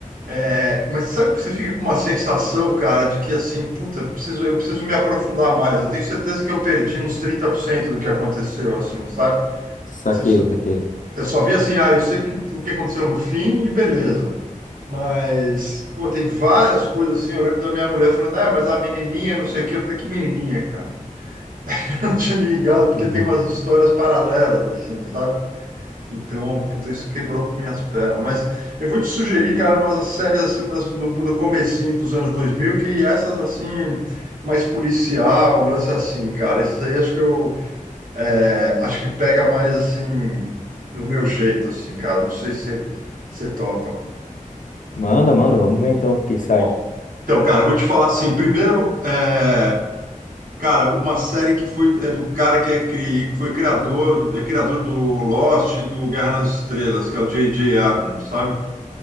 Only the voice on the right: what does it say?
é, mas sabe que você fica com uma sensação, cara, de que assim, puta, preciso, eu preciso me aprofundar mais. Eu tenho certeza que eu perdi uns 30% do que aconteceu, assim, sabe?
Você só-
Eu só vi assim, ah, eu sei que, o que aconteceu no fim e beleza. Mas, pô, tem várias coisas assim. Eu lembro da minha mulher falando, ah, mas a menininha, não sei o quê. Eu falei, que menininha, cara? <laughs> Eu não tinha me ligado, porque
tem umas histórias paralelas, assim, sabe? Então, puta, isso quebrou minhas pernas. Mas eu vou te sugerir, cara, umas séries assim das, do, do comecinho dos anos 2000 que essas assim, mais policial, um lance assim, cara. Esses aí acho que eu é, acho que pega mais assim, do meu jeito, assim, cara. Não sei se você topa.
Ó, Então, cara, eu vou te falar assim. Primeiro, é, cara, uma série que foi é do cara que, é cri, que foi criador, é criador do Lost e do Guerra nas Estrelas, que é o J J Abrams, sabe?